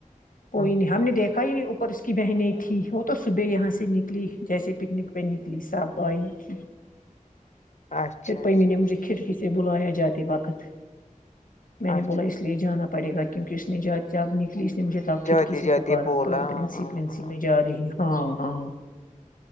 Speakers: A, on the left; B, on the left.
A: کوئی
B: ہوں،
A: نہیں ہم نے دیکھا ہی نہیں اوپر سے کی بہنیں تھیں وہ تو صبح یہاں سے نکلی جیسے پکنک پہ نکلی صب آئی تھی
B: اچھا
A: پھر پیمی
B: اچھا
A: نے مجھے
B: اچھا
A: کھڑکی سے بلایا جاتے وقت میں نے
B: اچھا
A: بلا اس لیے جانا پڑ پڑےا کیکہ اس نے جب نکلی اس نے مجھے تب کھڑکی
B: جاتے جاتے
A: پکارا
B: بولا
A: پرنسپل
B: ہاں ہاں ہاں
A: میں جا رہی ہاں ہاں